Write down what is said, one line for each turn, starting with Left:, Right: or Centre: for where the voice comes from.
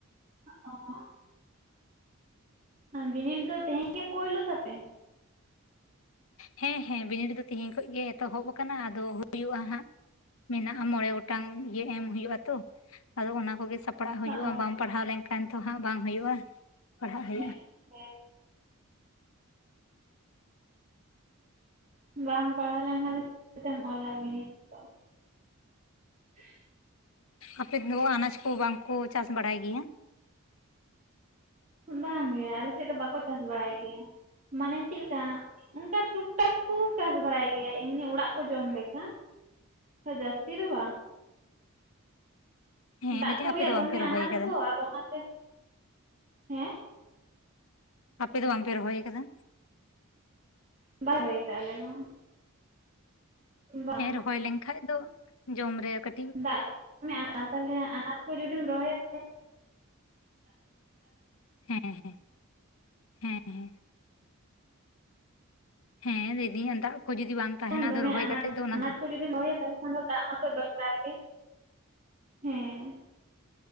Right: <inaudible> ᱚ ᱾ <unintelligible> ᱵᱤᱱᱤᱰ ᱫᱚ ᱛᱮᱦᱮᱧ ᱜᱮ ᱯᱳᱭᱞᱳ ᱛᱟᱯᱮ?
Left: ᱦᱮᱸ ᱦᱮᱸ ᱵᱤᱱᱤᱰ ᱫᱚ ᱛᱤᱦᱤᱧ ᱠᱷᱚᱡ ᱜᱮ ᱮᱛᱚᱦᱚᱵ ᱟᱠᱟᱱᱟ, ᱟᱫᱚ ᱦᱩᱭᱩᱜᱼᱟ ᱦᱟᱸᱜ᱾ ᱢᱮᱱᱟᱜᱼᱟ ᱢᱚᱬᱮ ᱜᱚᱴᱟᱝ ᱤᱭᱟᱹ ᱮᱢ ᱦᱳᱭᱳᱜ-ᱟ ᱛᱚ ᱟᱫᱚ ᱚᱱᱟ ᱠᱚᱜᱮ ᱥᱟᱯ ᱯᱟᱲᱟᱜ ᱦᱩᱭᱩᱜᱼᱟ
Right: ᱚ
Left: ᱵᱟᱢ ᱯᱟᱲᱦᱟᱣ ᱞᱮᱱᱠᱷᱟᱱ ᱫᱚ ᱦᱟᱸᱜ ᱵᱟᱝ ᱦᱩᱭᱩᱜᱼᱟ, ᱯᱟᱲᱦᱟᱜ ᱦᱩᱭᱩᱜᱼᱟ᱾
Right: ᱦᱮᱸ ᱦᱮᱸ᱾ ᱵᱟᱢ ᱯᱟᱲᱦᱟᱣ ᱞᱮᱱᱠᱷᱟᱱ ᱫᱚ <inaudible> ᱛᱮᱢ ᱚᱞᱟ ᱵᱤᱱᱤᱰ᱾ ᱫᱚ <inaudible>
Left: ᱟᱯᱮ ᱦᱟᱹᱣᱟ ᱟᱱᱟᱪ ᱠᱚ ᱵᱟᱝ ᱠᱚ ᱪᱟᱥ ᱵᱟᱲᱟᱭ ᱜᱮᱭᱟ?
Right: ᱵᱟᱝ ᱜᱮ ᱟᱞᱮ ᱥᱮᱜ ᱫᱚ ᱵᱟᱠᱚ ᱪᱟᱥ ᱵᱟᱲᱟᱭ ᱜᱮᱭᱟ᱾ ᱢᱟᱱᱮ ᱪᱤᱞᱠᱟ ᱚᱝᱠᱟ ᱴᱩᱠᱼᱴᱟᱠ ᱠᱚ ᱪᱟᱥ ᱵᱟᱲᱟᱭ ᱜᱮᱭᱟ ᱮᱢᱱᱤ ᱚᱲᱟᱜ ᱠᱚ ᱡᱚᱢ ᱞᱮᱠᱷᱟ᱾ ᱛᱚ ᱡᱟᱹᱥᱛᱤ ᱫᱚ ᱵᱟᱝ᱾
Left: ᱦᱮᱸ
Right: ᱫᱟᱜ
Left: ᱞᱟᱹᱭᱫᱟᱹᱧ
Right: ᱠᱚ ᱨᱮᱭᱟᱜ
Left: ᱟᱯᱮ ᱫᱚ ᱵᱟᱝᱯᱮ
Right: ᱫᱚᱢᱮ
Left: ᱨᱚᱦᱚᱭ
Right: ᱟᱱᱟᱴ
Left: ᱟᱠᱟᱫᱟ
Right: ᱛᱚ ᱟᱫᱚ ᱚᱱᱟᱛᱮ᱾ ᱦᱮᱸ᱾
Left: ᱟᱯᱮ ᱫᱚ ᱵᱟᱝᱯᱮ ᱨᱚᱦᱚᱭ ᱠᱟᱫᱟ?
Right: ᱵᱟᱭ ᱦᱚᱭ ᱠᱟ ᱟᱞᱮ ᱫᱚ᱾ ᱵᱟᱝ
Left: ᱦᱮᱸ ᱨᱚᱦᱚᱭ ᱞᱮᱱᱠᱷᱟᱡ ᱫᱚ ᱡᱚᱢ ᱠᱟᱹ
Right: ᱫᱟᱜ <inaudible> ᱛᱟᱦᱚᱞᱮ ᱟᱱᱟᱪ ᱛᱚ ᱡᱩᱫᱤᱢ ᱨᱚᱦᱚᱭ <inaudible>
Left: ᱦᱩᱸ-ᱦᱩᱸ, ᱦᱩᱸ-ᱦᱩᱸ᱾ ᱦᱮᱸ ᱞᱟᱹᱭᱫᱤᱧ ᱚᱱ ᱫᱟᱜ ᱠᱚ ᱡᱩᱫᱤ ᱵᱟᱝ ᱛᱟᱦᱮᱱᱟ
Right: ᱫᱚᱢᱮ
Left: ᱟᱫᱚ ᱨᱚᱦᱚᱭ
Right: ᱟᱱᱟᱴ
Left: ᱠᱟᱛᱮᱜ ᱫᱚ ᱚᱱᱟ ᱫᱚ
Right: <unintelligible> ᱦᱮᱸ